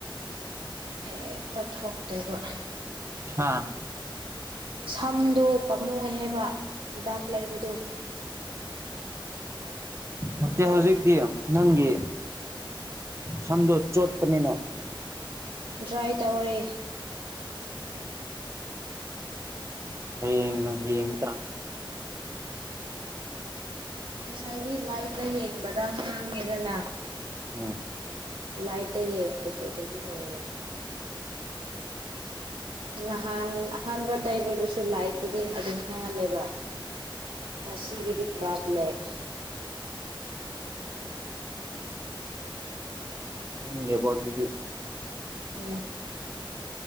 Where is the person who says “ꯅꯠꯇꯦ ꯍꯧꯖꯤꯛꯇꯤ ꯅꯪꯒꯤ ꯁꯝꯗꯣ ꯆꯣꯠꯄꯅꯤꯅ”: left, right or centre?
Right